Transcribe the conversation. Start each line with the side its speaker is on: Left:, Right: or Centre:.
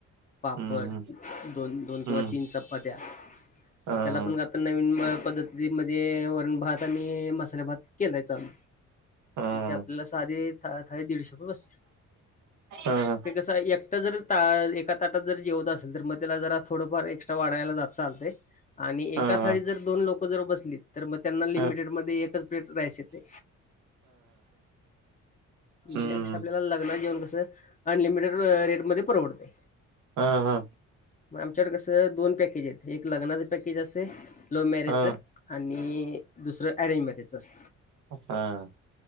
Left: पापड,
Right: हं, हं,
Left: दोन दोन किंवा
Right: हं.
Left: चपात्या.
Right: हां,
Left: त्याला
Right: हां,
Left: पण आता नवीन पद्धती मध्ये वरण भात आणि मसाले भात. केलाय चालू.
Right: हां, हां.
Left: ते आपल्याला साधी थाळी दीडशे रुपयेला बसतीय
Right: हां, हां.
Left: ते कसं एकटा जर. ता एका ताटात जर जेवत असत. जर मग त्याला जरा थोड फार एक्ट्रा वाढायला चालतय आणि एका
Right: हां,
Left: थाळीत
Right: हां,
Left: जर दोन लोक. बसली तर मग त्यांना लिमटेड
Right: हां, हां.
Left: मध्येएकच <unintelligible> हायचे ते
Right: हं.
Left: त्यापेक्षा आपल्याला लग्नाचं जेवन कसं. अनलिमिटेड रे रेटमध्ये परवडते.
Right: हा हा.
Left: मग आमच्याकडे कसं दोन पॅकेज आहेत एक लग्नाच पॅकेज असते. लव्ह मॅरेजचं
Right: हां,
Left: आणि दुसरं ॲरेंज मॅरेजचं असतं.
Right: हा.